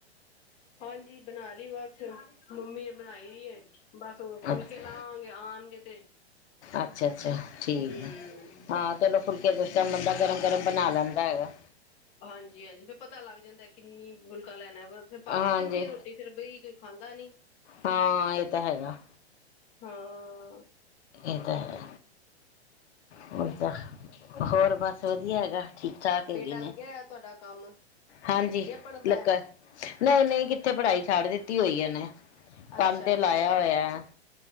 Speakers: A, on the left; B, on the left.
A: ਹਾਂਜੀ ਬਣਾ ਲਈ ਬਸ, ਮੰਮੀ ਨੇ ਬਣਾਈ ਹੋਣੀ ਐ। ਬਸ ਉਹ ਫੁਲਕੇ
B: ਅੱਛਾ
A: ਲਾਵਾਂਗੇ, ਆਉਣਗੇ ਤੇ। ਹੂੰ।
B: ਅੱਛਾ ਅੱਛਾ ਠੀਕ ਹੈ ਹਾਂ ਚਲੋ ਫੁਲਕੇ ਕੁ ਤਾਂ ਬੰਦਾ ਗਰਮ- ਗਰਮ ਬਣਾ ਲੈਂਦਾ ਹੈਗਾ।
A: ਹਾਂਜੀ- ਹਾਂਜੀ, ਫੇਰ ਪਤਾ ਲੱਗ ਜਾਂਦਾ ਕਿੰਨੀ ਫੁਲਕਾ ਲੈਣਾ ਵੇ। ਫੇਰ ਬਚ
B: ਹਾਂਜੀ
A: ਜਾਂਦੀ ਆ ਰੋਟੀ, ਫੇਰ ਬਈ ਕੋਈ ਖਾਂਦਾ ਨੀ।
B: ਹਾਂ ਇਹ ਤਾਂ ਹੈਗਾ
A: ਹਾਂ।
B: ਇਹ ਤਾਂ ਹੈ, ਹੋਰ ਸਭ? ਹੋਰ ਬਸ ਵਧੀਆ ਹੈਗਾ। ਠੀਕ ਠਾਕ ਹੈਗੇ
A: ਬੇਟਾ
B: ਨੇ,
A: ਲੱਗਿਆ ਤੁਹਾਡਾ ਕੰਮ
B: ਹਾਂਜੀ
A: ਜਾਂ ਪੜ੍ਹਦਾ
B: ਲਗਾ
A: ਹੈ
B: ਨਹੀਂ- ਨਹੀਂ ਕਿੱਥੇ ਪੜਾਈ ਛੱਡ ਦਿੱਤੀ ਹੋਈ ਹੈ ਇਹਨੇ, ਕੰਮ
A: ਅੱਛਾ
B: ਤੇ
A: ਅੱਛਾ
B: ਲਾਇਆ ਹੋਇਆ।